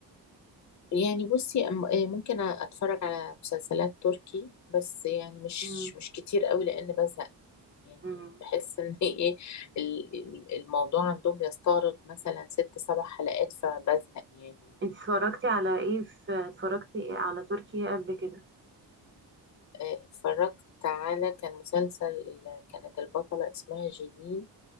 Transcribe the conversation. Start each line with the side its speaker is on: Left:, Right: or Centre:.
Left: يعني بصي أم- ممكن أتفرج على مسلسلات تركي بس يعني مش
Right: أمم،
Left: مش كتير قوي لأن بزهق يعني
Right: أمم.
Left: بحس إن <laughs> إيه ال- ال- الموضوع عندهم بيستغرق مثلا ست سبع حلقات فبزهق يعني
Right: انتي اتفرجتي على ايه في... اتفرجتي على تركي قبل كده
Left: آه، اتفرجت على كان مسلسل كانت البطلة اسمها جيلين